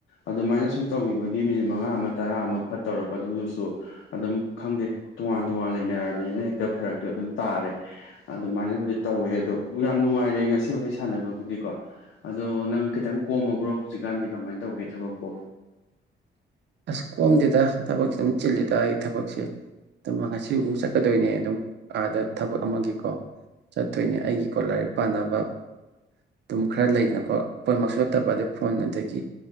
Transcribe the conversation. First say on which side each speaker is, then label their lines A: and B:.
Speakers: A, on the left; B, on the right.
A: ꯑꯗꯨꯃꯥꯏꯅ ꯁꯨꯝ ꯇꯧꯈꯤꯕꯒꯤ ꯃꯤꯅꯤꯠ ꯃꯉꯥ ꯑꯃ ꯇꯔꯥ ꯑꯃ ꯐꯠꯇꯧꯔꯛꯀꯗꯧꯗꯨꯁꯨ ꯑꯗꯨꯝ ꯈꯪꯗꯦ ꯇꯣꯉꯥꯟ ꯇꯣꯉꯥꯟ ꯂꯩꯅꯔꯕꯅꯤꯅ ꯍꯦꯛꯇ ꯐꯔꯛꯇꯤ ꯑꯗꯨꯝ ꯇꯥꯔꯦ ꯑꯗꯨꯃꯥꯏꯅꯕꯨꯗꯤ ꯇꯧꯋꯦ ꯑꯗꯣ ꯌꯥꯝ ꯅꯨꯡꯉꯥꯏꯔꯦ ꯉꯁꯤ ꯋꯥꯔꯤ ꯁꯥꯟꯅꯕꯕꯨꯗꯤꯀꯣ ꯑꯗꯣ ꯅꯪ ꯈꯤꯇꯪ ꯀꯣꯝꯃꯕ꯭ꯔꯣ ꯍꯧꯖꯤꯛꯀꯥꯟꯗꯤ ꯀꯃꯥꯏꯅ ꯇꯧꯒꯦ ꯊꯕꯛꯄꯣ
B: ꯑꯁ ꯀꯣꯝꯗꯦꯗ ꯊꯕꯛꯁꯦ ꯑꯗꯨꯝ ꯆꯤꯜꯂꯤꯗ ꯑꯩ ꯊꯕꯛꯁꯦ ꯉꯁꯤꯃꯨ ꯆꯠꯀꯗꯣꯏꯅꯦ ꯑꯗꯨꯝ ꯑꯥꯗ ꯊꯕꯛ ꯑꯃꯒꯤꯀꯣ ꯆꯠꯇꯣꯏꯅꯦ ꯑꯩꯒꯤꯀꯣ ꯂꯥꯏꯔꯤꯛ ꯄꯥꯅꯕ ꯑꯗꯨꯝ ꯈꯔ ꯂꯩꯗꯅꯀꯣ ꯄꯣꯏꯅꯃꯛꯁꯨ ꯅꯠꯇꯕ ꯑꯗꯩ ꯐꯣꯟ ꯑꯗꯒꯤ